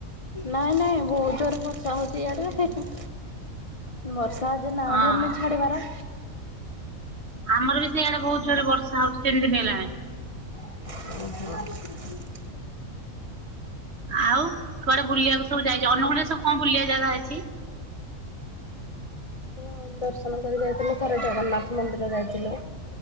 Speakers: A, on the left; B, on the right.
A: ନାଇଁ ନାଇଁ ବୋହୁତ ଜୋରେ ବର୍ଷା ହଉଛି ଇଆଡେ। ହେ ହେ। ବର୍ଷା ଯେ ନା
B: ହଁ
A: ଧରୁନି
B: ହଁ
A: ଛାଡ଼ିବାର।
B: ଆମର ବି ସେଇଆଡେ ବହୁତ ଜୋରେ ବର୍ଷା ହଉଛି ତିନି ଦିନ ହେଲାଣି।
A: ଉଁ ହୁଁ।
B: ଆଉ କୁଆଡେ ବୁଲିବାକୁ ସବୁ ଯାଇଚ। ଅନୁଗୁଳରେ ସବୁ କଣ ବୁଲିବା ଜାଗା ଅଛି?
A: ହଁ ଦର୍ଶନ କରି ଯାଇଥିଲୁ ଥରେ ଜଗନ୍ନାଥ ମନ୍ଦିର ଯାଇଥିଲୁ।